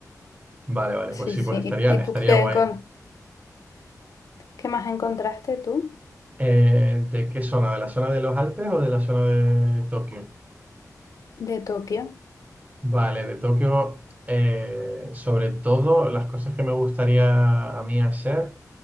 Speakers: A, on the right (about 25°); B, on the left (about 60°).
A: vale, vale,
B: sí,
A: pues sí,
B: sí.
A: pues estaría,
B: ¿Y tú
A: estaría
B: qué,
A: guay.
B: encon- qué más encontraste tú
A: Eh, ¿de qué zona? ¿De la zona de los Alpes o de la zona de Tokio?
B: de Tokio?
A: Vale, de Tokio, eh, sobre todo las cosas que me gustaría a mí hacer.